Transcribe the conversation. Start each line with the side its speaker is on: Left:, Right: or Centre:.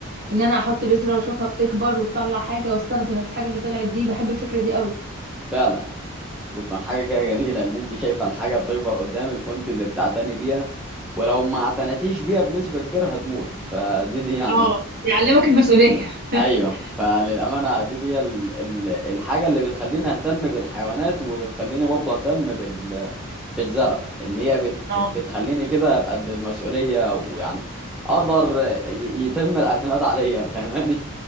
Right: ان انا احط بذره واشوفها بتكبر وتطلع حاجه واستخدم الحاجه اللي طلعت دي بحب الفكره دي قوي
Centre: فعلا بتكون حاجة كده جميلة إن أنت شايفة الحاجة بتكبر قدامك وأنت اللي بتعتني بيها ولو ما اعتنتيش بيها بنسبة كبيرة هتموت فدي دي يعني
Right: اه يعلمك المسؤولية <laughs>
Centre: ايوه فللامانه دي دي ال- ال- الحاجه اللي بتخليني اهتم بالحيوانات وبتخليني برضه اهتم بال بالزرع ان هي بت
Right: اه
Centre: بتخليني كده ابقى قد المسؤوليه ويعني اقدر ي- يتم الاعتماد عليا <laughs> فاهماني